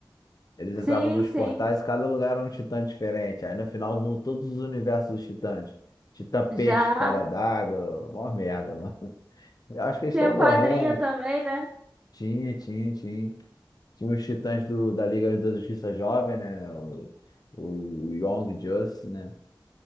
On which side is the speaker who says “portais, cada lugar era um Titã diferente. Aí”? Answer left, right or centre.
Left